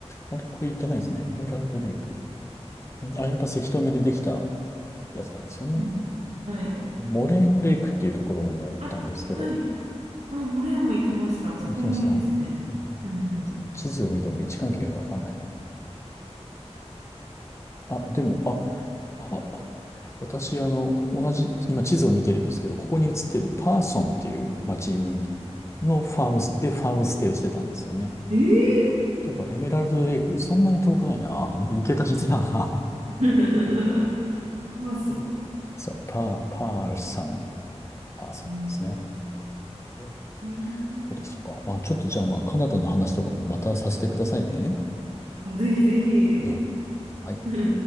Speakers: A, on the left (about 25°); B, on the right (about 75°).
A: あれ、これ言ってないですね。エメラルドレイク。んあ、やっぱ石留めでできたやつなんですよね。
B: うんはい。
A: モレーンレイクっていうところには行ったんですけど、
B: あ、はい。あ、モレーも行きました。あそこもいいですね。
A: あ、来ましたうん。
B: うんうん、
A: ちょっと地図を見ても位置関係がわかんないな。あ、でも、あ、あ、私、あの、同じ、今地図を見てるんですけど、ここに映ってるパーソンっていう町に、のファームス、でファームステイをしてたんですよね。
B: <laughs> え
A: だからエメラルドレイク、そんなに遠くないな。行けた日だな。
B: ー、<laughs> パーソン。
A: <laughs> そう、パー、パーソン、パーソンですね。
B: うん
A: うん
B: えー
A: そうでしたか。まあ、ちょっとじゃあ、まあ、カナダの話とかもまたさせてくださいね。
B: あぜひぜひ。
A: ええはい。
B: <laughs>